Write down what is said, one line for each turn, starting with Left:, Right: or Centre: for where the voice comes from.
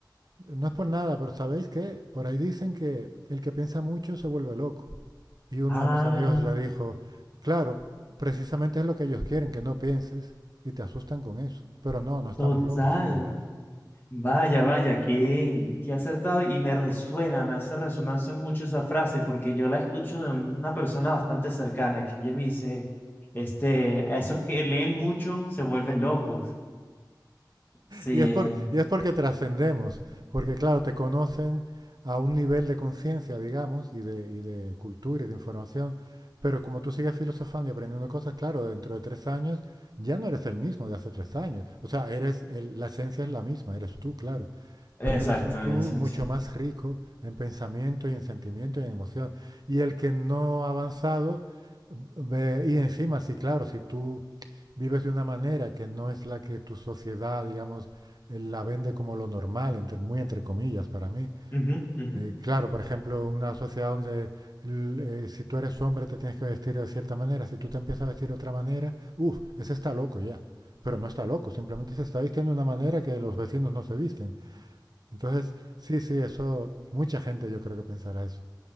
Right: no es por nada, pero ¿sabéis qué? Por ahí dicen que el que piensa mucho se vuelve loco. Y uno
Left: Ah,
Right: de mis amigos le dijo, claro, precisamente es lo que ellos quieren, que no pienses, y te asustan con eso. Pero no, no estamos
Left: total.
Right: locos, tío.
Left: Vaya, vaya, qué, qué acertado. Y me resuena, me hace resonancia mucho esa frase, porque yo la escucho de una persona bastante cercana, que ella me dice, este, a esos que leen mucho se vuelven locos. Sí,
Right: Y es, por, y es porque trascendemos, porque claro, te conocen a un nivel de conciencia, digamos, y de, y de cultura y de información, pero como tú sigues filosofando y aprendiendo cosas, claro, dentro de tres años ya no eres el mismo de hace tres años. O sea, eres el- la esencia es la misma, eres tú, claro, pero
Left: Exacto,
Right: eres un tú
Left: en esencia.
Right: mucho más rico en pensamiento y en sentimiento y en emoción. Y el que no ha avanzado, ve- y encima, sí, claro, si tú vives de una manera que no es la que tu sociedad, digamos, él la vende como lo normal, entre, muy entre comillas para mí.
Left: Ujú, ujú.
Right: Eh, claro, por ejemplo, una sociedad donde l- eh, si tú eres hombre te tienes que vestir de cierta manera, si tú te empiezas a vestir de otra manera, uff, ese está loco ya. Pero no está loco, simplemente se está vistiendo de una manera que los vecinos no se visten. Entonces, sí, sí, eso, mucha gente yo creo que pensará eso.